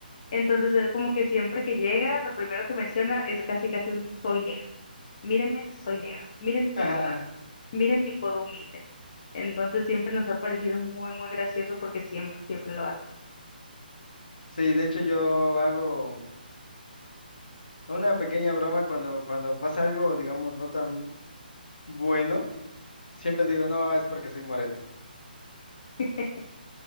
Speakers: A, on the left (about 35°); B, on the left (about 55°).
A: entonces él como que siempre que llega, lo primero que menciona es casi casi un soy negro. Mírenme, soy negro, miren
B: Ah,
A: mi color, miren mi codo humilde. Entonces siempre nos ha parecido muy, muy gracioso porque siempre, siempre lo hace.
B: sí, de hecho yo hago una pequeña broma cuando, cuando pasa algo, digamos, no tan bueno. Siempre digo, no, es porque soy moreno.
A: <laughs>